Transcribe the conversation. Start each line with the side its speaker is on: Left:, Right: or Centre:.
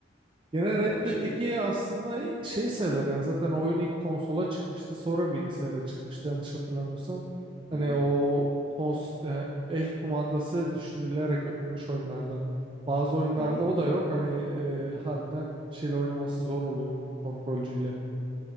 Right: Yine Red
Centre: Ya
Right: Dead
Centre: şey
Right: 2 aslında şey sayılır yani zaten oyun ilk konsola çıkmıştı sonra bilgisayara çıkmıştı yanlış hatırlamıyorsam. Hani
Centre: hı hı,
Right: o kons e, el kumandası düşünülerek yapılmış oyunlardan. Bazı oyunlarda
Centre: hı hı.
Right: o da yok hani e, harbiden şeyle oynaması zor oluyor kontrolcüyle.